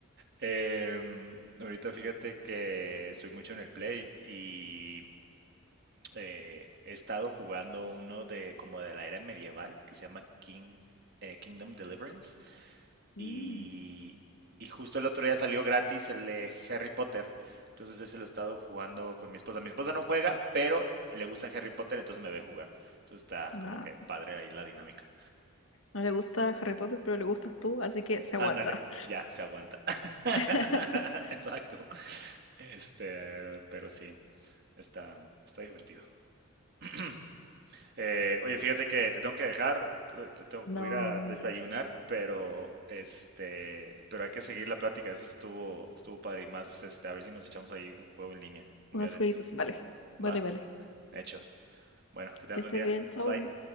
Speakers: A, on the right; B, on the left.
A: Em, ahorita fíjate que estoy mucho en el Play y eh, he estado jugando uno de como de la era medieval que se llama King, eh, Kingdom Deliverance.
B: Mm,
A: Y, y justo el otro día salió gratis el de Harry Potter. Entonces ese lo he estado jugando con mi esposa. Mi esposa no juega, pero le gusta Harry Potter, entonces me ve jugar. Entonces está
B: no.
A: como que padre ahí la dinámica.
B: No le gusta Harry Potter, pero le gustas tú, así que se aguanta.
A: Ándale, ya se aguanta. <laughs>
B: <laughs>
A: Exacto. Este, pero sí, está, está divertido. <clears throat> Eh, oye, fíjate que te tengo que dejar, eh, te- te- voy
B: No,
A: a ir a desayunar, pero este, pero hay que seguir la plática, eso estuvo, estuvo padre y más, este, a ver si nos echamos ahí un juego en línea, un
B: unos
A: día de
B: jueguitos,
A: estos.
B: vale. Vale,
A: ¿Va?
B: vale.
A: Hecho. Bueno, que tengas
B: Que
A: buen
B: estés
A: día.
B: bien, chao.
A: Bye.